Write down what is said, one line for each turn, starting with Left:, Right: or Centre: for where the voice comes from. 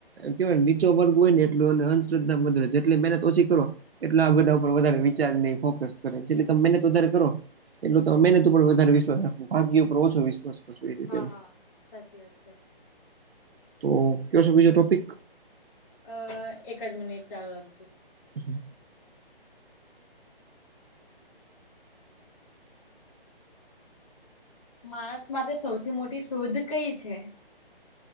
Right: કેવાય નીચો વર્ગ હોય ને એટલું અને અંધશ્રદ્ધા જેટલી મહેનત ઓછી
Left: હા
Right: કર એટલે આ બધા ઉપર વધારે વિચાર ફોકસ કરે એટલે તમે મહેનત વધારે કરો એટલે તો મહેનત ઉપર વધારે વિશ્વાસ રાખવો ભાગ્ય પર ઓછો વિશ્વાસ કરશો એ રીતે
Left: હા
Right: એમ.
Left: હા સાચી વાત છે.
Right: તો કયો છે બીજો ટોપિક
Left: અ એક જ મિનિટ ચાલુ રાખજો
Right: હમ્મ
Left: માણસ માં તે સૌથી મોટી શોધ કઈ છે.